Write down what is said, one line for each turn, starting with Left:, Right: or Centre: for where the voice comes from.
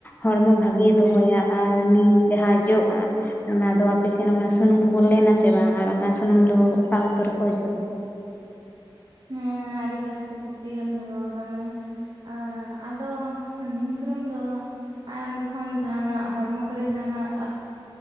Left: ᱦᱚᱲᱢᱚ ᱵᱷᱟᱜᱤ ᱫᱚᱦᱚᱭᱟ ᱟᱨ ᱱᱤᱢ ᱡᱟᱦᱟᱸ ᱡᱚᱜᱼᱟ ᱚᱱᱟ ᱫᱚ ᱟᱯᱮ ᱥᱮᱱ ᱚᱱᱟ ᱥᱩᱱᱩᱢ ᱠᱚ ᱠᱚ ᱞᱮᱱᱟᱥᱮ ᱵᱟᱝ ᱟᱨ ᱚᱱᱟ ᱥᱩᱱᱩᱢ ᱫᱚ ᱚᱠᱟ ᱚᱠᱛᱚ ᱨᱮᱠᱚ ᱚᱡᱚᱜᱟ?
Right: ᱦᱮᱸ, ᱟᱹᱰᱤ ᱵᱮᱥ ᱠᱩᱠᱞᱤ ᱜᱮᱢ ᱫᱚᱦᱚ ᱠᱟᱫ ᱢᱟᱹᱭ ᱾ ᱟ ᱟᱫᱚ ᱱᱤᱢ ᱥᱩᱱᱩᱢ ᱫᱚ ᱟᱢ ᱡᱚᱠᱷᱚᱱ ᱡᱟᱦᱟᱸᱱᱟᱜ ᱦᱚᱲᱢᱚ ᱠᱚᱨᱮ ᱡᱟᱦᱟᱸᱱᱟᱜ